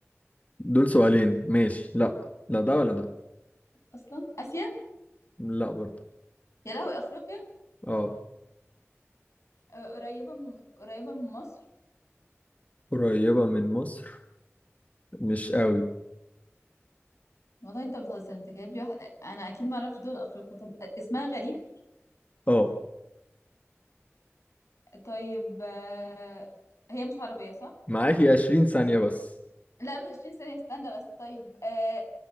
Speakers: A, on the left (about 30°); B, on the left (about 85°).
A: دول سؤالين ماشي لا لا ده ولا ده
B: أصلا آسيا
A: لا برضه
B: يا لهوي أفريقيا
A: اه
B: آه، قريبة من قريبة من مصر
A: قريبة من مصر مش قوي
B: والله أنت بتهزر أنت جايب لي واحد... أنا أكيد ما أعرفش دول أفريقيا طب اسمها غريب
A: اه
B: طيب آه، هي مش عربية صح؟
A: معاكي عشرين ثانية بس
B: لا مش 20 ثانية استنى بس طيب آه،